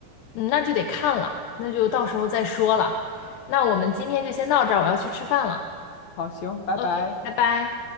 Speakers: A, on the left; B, on the left.
A: 嗯，那就得看了，那就到时候再说了。那我们今天就先到这儿，我要去吃饭了。
B: 好，行，拜拜。
A: OK，拜拜。